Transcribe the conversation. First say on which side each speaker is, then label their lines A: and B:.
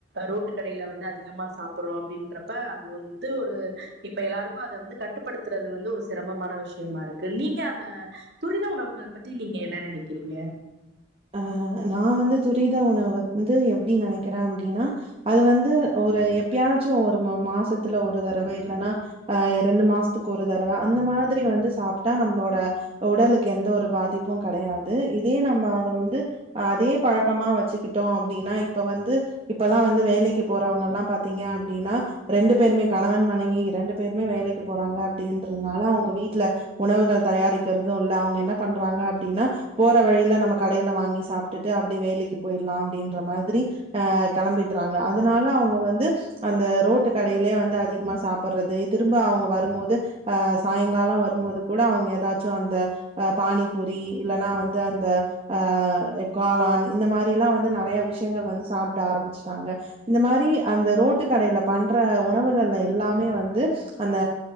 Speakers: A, on the right; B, on the right.
A: ரோட்டு கடையில வந்து அதிகமா சாப்பறோ அப்டின்றப்ப அது வந் து ஒரு இப்ப எல்லாருக்கு அத வந்து கட்டுப்படுத்தறது வந்து ஒரு சிரமமான விஷயமா இருக்கு நீங்க அத துரித உணவுகள் பத்தி நீங்க என்ன நெனைக்கிறீங்க
B: ஆ நா வந்து துரித உணவ ந்து எப்டி நெனைக்கிறே அப்டின்னா அது வந்து ஒரு எப்யாச்சு ஒரு மா மாசத்துல ஒரு தடவ இல்லன்னா அ ரெண்டு மாசத்துக்கு ஒரு தறவ அந்த மாதிரி வந்து சாப்டா நம்ளோட உடலுக்கு எந்த ஒரு பாதிப்பு கெடையாது இதே நம்ம அத வந்து அதே பழக்கமா வச்சுக்கிட்டோ அப்டின்னா இப்ப வந்து இப்பல்லா வந்து வேலைக்கு போறவங்கல்லா பாத்தீங்க அப்டின்னா ரெண்டு பேருமே கணவன் மனைவி ரெண்டு பேருமே வேலைக்கு போறாங்க அப்டின்றதுனால அவங்க வீட்ல உணவுகள் தயாரிக்கிறது இல்ல அவங்க என்ன பண்றாங்க அப்டின்னா போற வழியில நம்ம கடையில வாங்கி சாப்டுட்டு அப்டி வேலைக்கு போயிலா அப்டின்ற மாதிரி அ கெளம்பிட்றாங்க அதனால அவங்க வந்து அந்த ரோட்டு கடையிலே வந்து அதிகமா சாப்பறது திரும்ப அவங்க வரும்மோது அஹ் சாயங்கால வருபோது கூட அவங்க ஏதாச்சு அந்த அஹ் பானிபூரி இல்லன்னா வந்து அந்த அஹ் காளான் இந்த மாதிரி எல்லா வந்து நிறைய விஷயங்கள் வந்து சாப்பிட ஆரம்பிச்சுட்டாங்க இந்த மாரி அந்த ரோட்டு கடையில பண்ற உணவுகள்ல எல்லாமே வந்து அந்த